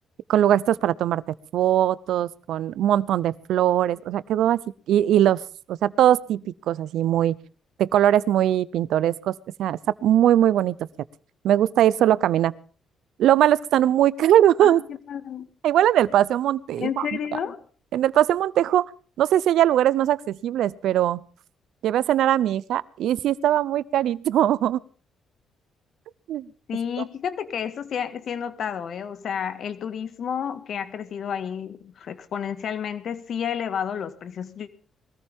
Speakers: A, on the right (about 80°); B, on the left (about 55°).
A: con lugares para tomarte fotos, con un montón de flores, o sea, quedó así, y, y los, o sea, todos típicos, así muy, de colores muy pintorescos, o sea, está muy, muy bonito, fíjate. Me gusta ir solo a caminar. Lo malo es que están muy caros. <laughs>
B: Ah, qué padre.
A: Igual en el Paseo Montejo,
B: ¿En serio?
A: amiga. En el Paseo Montejo, no sé si haya lugares más accesibles, pero llevé a cenar a mi hija y sí estaba muy carito. <laughs>
B: Sí,
A: Así
B: fíjate que eso sí, he- sí he notado, ¿eh? O sea, el turismo que ha crecido ahí uf, exponencialmente sí ha elevado los precios.